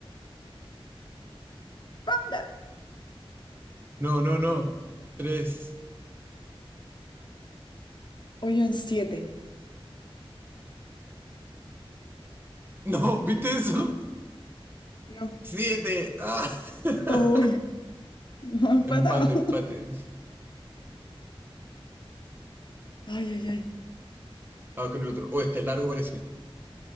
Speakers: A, on the left; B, on the right.
A: ¡Para!
B: No, no, no. Tres.
A: Hoyo en siete.
B: No, ¿viste eso?
A: No.
B: Siete. Ah. <laughs>
A: ¡Uy! <laughs> Me han empatado.
B: Empate, empate.
A: <laughs> Ay, ay, ay.
B: Vamos con el otro. Oh, este es largo parece.